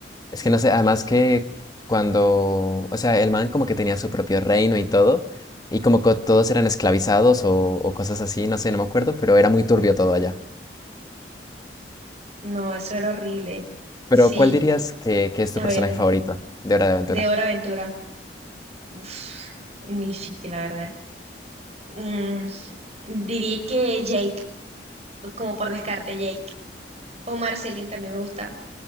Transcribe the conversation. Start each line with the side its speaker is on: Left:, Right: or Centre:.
Left: es que no sé, además que cuando, o sea, el man como que tenía su propio reino y todo, y como que todos eran esclavizados o, o cosas así, no sé, no me acuerdo, pero era muy turbio todo allá.
Right: No, eso era horrible. Sí,
Left: Pero, ¿cuál dirías que, que es tu
Right: a
Left: personaje
Right: ver, dime.
Left: favorito de Hora de Aventura?
Right: De Hora Aventura. Uf, muy difícil, la verdad. Mm, diría que Jake, como por descarte, Jake. O Marceline también me gusta.